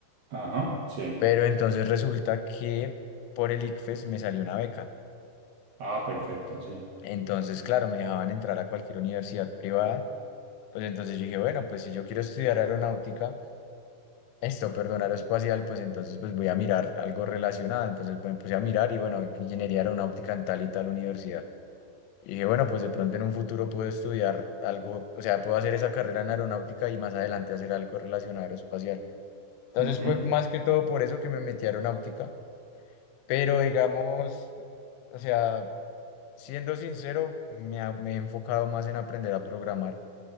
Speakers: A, on the right (about 75°); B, on the left (about 85°).
A: ajá, sí.
B: Pero entonces resulta que por el ICFES me salió una beca.
A: Ah, perfecto, sí.
B: Entonces, claro, me dejaban entrar a cualquier universidad privada. Pues entonces yo dije, bueno, pues si yo quiero estudiar aeronáutica, Esto, perdón, aeroespacial, pues entonces pues voy a mirar algo relacionado. Entonces pues, me puse a mirar y bueno, ingeniería aeronáutica en tal y tal universidad. Y dije, bueno, pues de pronto en un futuro puedo estudiar algo, o sea, puedo hacer esa carrera en aeronáutica y más adelante hacer algo relacionado a aeroespacial. Entonces
A: ujú.
B: fue más que todo por eso que me metí a aeronáutica, pero digamos, o sea, siendo sincero, me, ha- me he enfocado más en aprender a programar,